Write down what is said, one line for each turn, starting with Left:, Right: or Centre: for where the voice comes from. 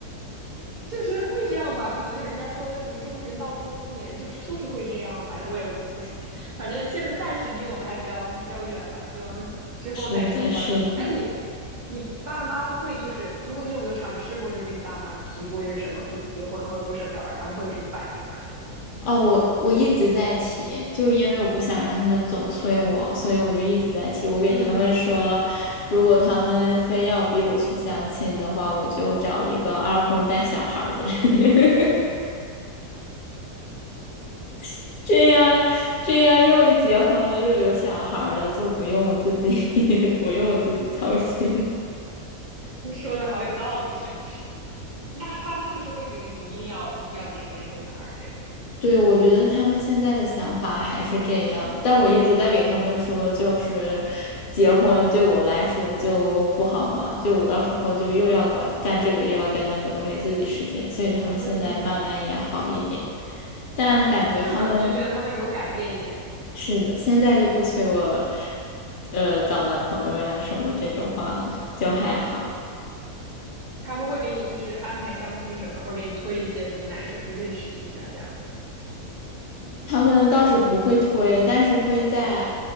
Right: 就是会这样吧，可能就人家说什么中人到中年就是就是会这样，反正我也不，反正现在暂时离我们还比较比较远吧，希望之后再说吧。
Left: <laughs> 是的，是的。
Right: 可能那你你爸妈会就是如果你有没有尝试过，就是跟你爸妈提过就是什么不结婚或者不生小孩，他们会有什么反应吗？你觉得？
Left: 哦，我我一直在提，就是因为我不想让他们总催我，所以我就一直在提。我给他们说，
Right: 嗯，
Left: 如果他们非要逼我去相亲的话，我就找一个二婚带小孩儿的人，<laughs> 这样这样又结婚了又有小孩儿了，就不用我自己 <laughs> 不用我自己操心。
Right: 你说的好有道理，确实。那他们就是会觉得你一定要一定要结婚生小孩这样。
Left: 对，我觉得他们现在的想法还是这样，但我一直在给他们说，
Right: 嗯
Left: 就是结婚对我来说就不好嘛，就我到时候就又要管干这个又要干那个，都没自己时间，所以他们现在慢慢也好一点，
Right: 嗯，
Left: 但感觉他们
Right: 是吗？就觉得他们有改变一点。
Left: 是的，现在就不催我，呃，找男朋友呀什么这种话了，就还好。
Right: 他们会给你就是安排相亲什么，或者给你推一些什么男生认识一下这样。
Left: 他们倒是不会推，但是会在